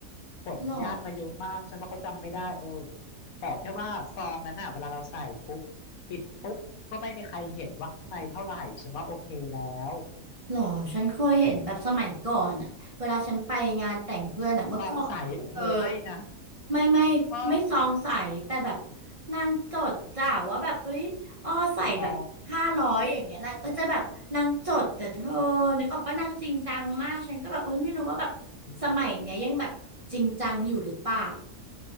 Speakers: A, on the left (about 85°); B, on the right (about 30°).
A: ผลญาติมาเยอะมากฉันว่าเขาจำไม่ได้เออ
B: หรอ
A: ขอแค่ว่าซองนั้นน่ะเวลาเราใส่ปุ๊บปิดปุ๊บก็ไม่มีใครเห็นว่าข้างในเท่าไหร่ฉันว่าโอเคแล้ว
B: หรอฉันเคยเห็นแบบสมัยก่อนอะเวลาฉันไปงานแต่งเพื่อนอะเมื่อก่อนเลยนะเธอ
A: ซองใสเหรอเธอไม่นะ
B: ไม่ไม่ไม่ซองใสแต่แบบ
A: อ๋อ
B: นางจดจ้าว่าแบบเอ้ยอ้อใส่แบบห้าร้อยอย่างเงี้ยนางก็จะแบบนางจดแต่เธอนึกออกปะนางจริงจังมากฉันก็แบบเอ้ยไม่รู้ว่าแบบ
A: อ๋อ อืม
B: สมัยเนี้ยยังแบบจริงจังอยู่หรือเปล่า